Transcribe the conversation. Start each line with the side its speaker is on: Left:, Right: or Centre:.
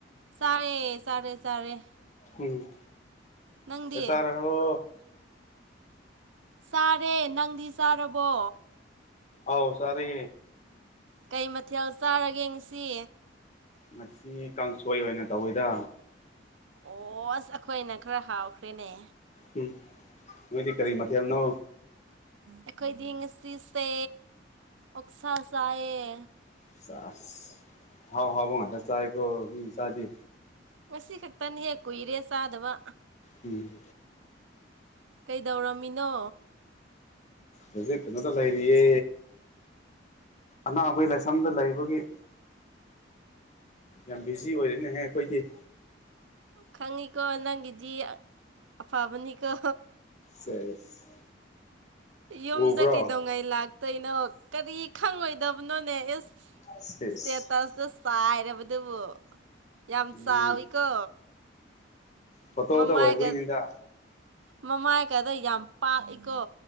Right: ꯆꯥꯔꯦ ꯆꯥꯔꯦ ꯆꯥꯔꯦ꯫
Left: ꯎꯝ
Right: ꯅꯪꯗꯤ
Left: ꯆꯥꯛ ꯆꯥꯔꯕꯣ
Right: ꯆꯥꯔꯦ ꯅꯪꯗꯤ ꯆꯥꯔꯕꯣ
Left: ꯑꯥꯎ ꯆꯥꯔꯦ꯫
Right: ꯀꯩ ꯃꯊꯦꯜ ꯆꯥꯔꯒꯦ ꯉꯁꯤ꯫
Left: ꯉꯁꯤ ꯀꯥꯡꯁꯣꯏ ꯑꯣꯏꯅ ꯇꯧꯋꯤꯗ
Right: ꯑꯣꯁ ꯑꯩꯈꯣꯏꯅ ꯈꯔ ꯍꯥꯎꯈ꯭ꯔꯦꯅꯦ꯫
Left: ꯍꯝ ꯅꯣꯏꯗꯤ ꯀꯔꯤ ꯃꯥꯊꯦꯜꯅꯣ
Right: ꯑꯩꯈꯣꯏꯗꯤ ꯉꯁꯤꯁꯦ ꯑꯣꯛ ꯁꯥꯥ ꯆꯥꯏꯌꯦ꯫
Left: ꯆꯁ ꯍꯥꯎ ꯍꯕ ꯈꯗ ꯆꯥꯕ ꯃꯤ ꯆꯗꯤ
Right: ꯉꯁꯤ ꯈꯛꯇꯅꯤꯍꯦ ꯀꯨꯏꯔꯦ ꯆꯥꯗꯕ
Left: ꯎꯝ
Right: ꯀꯩꯗꯧꯔꯝꯃꯤꯅꯣ
Left: ꯍꯧꯖꯤꯛ ꯀꯩꯅꯣꯗ ꯂꯩꯔꯤꯌꯦ ꯑꯅꯥꯕꯒꯤ ꯂꯥꯏꯁꯪꯗ ꯂꯩꯕꯒꯤ꯫ ꯌꯥꯝ ꯕꯤꯖꯤ ꯑꯣꯏꯔꯤꯝꯅꯦꯍꯦ ꯑꯩꯈꯣꯏꯗꯤ꯫
Right: ꯈꯪꯉꯤꯀꯣ ꯅꯪꯒꯤꯗꯤ ꯑꯐꯕꯅꯤꯀꯣ꯫
Left: ꯁꯦꯁ
Right: ꯌꯨꯝꯗ
Left: ꯎꯕ꯭ꯔꯣ
Right: ꯀꯩꯗꯧꯉꯩ ꯂꯥꯛ ꯀꯩꯅꯣ ꯀꯔꯤ ꯈꯪꯉꯣꯏꯗꯕꯅꯣꯅꯦ ꯑꯦ
Left: ꯁꯦꯁ
Right: ꯏꯁꯇꯦꯇꯁꯇ ꯆꯥꯏꯔꯕꯗꯨꯕꯨ ꯌꯥꯝ ꯆꯥꯎꯋꯤꯀꯣ꯫
Left: ꯃꯤ ꯐꯣꯇꯣꯗ
Right: ꯃꯃꯥꯏꯒ
Left: ꯑꯣꯏꯕꯣꯏꯅꯤꯗ
Right: ꯃꯃꯥꯏꯒꯗꯣ ꯌꯥꯝ ꯄꯥꯛꯏꯀꯣ